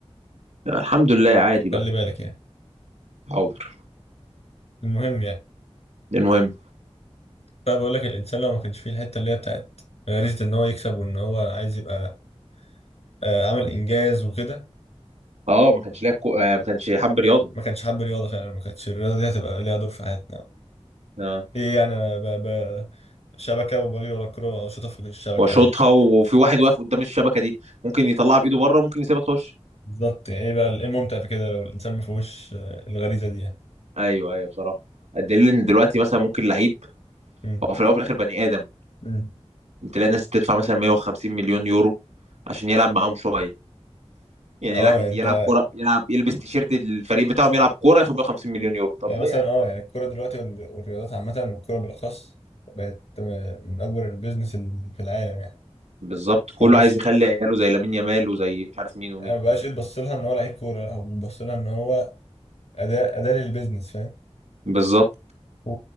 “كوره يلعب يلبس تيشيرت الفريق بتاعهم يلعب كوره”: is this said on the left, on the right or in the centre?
Right